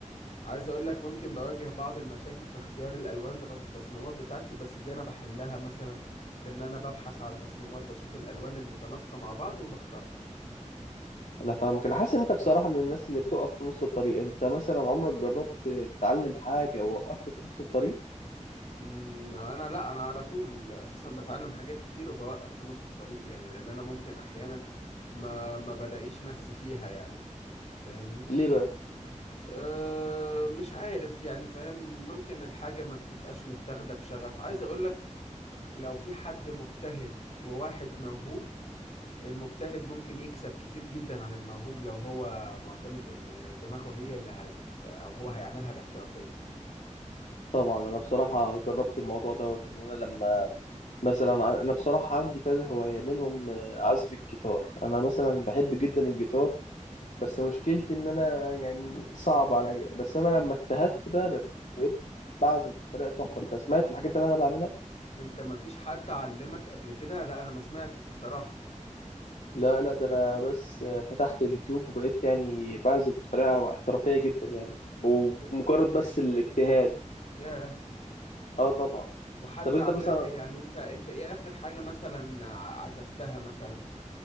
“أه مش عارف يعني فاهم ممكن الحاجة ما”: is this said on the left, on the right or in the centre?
Left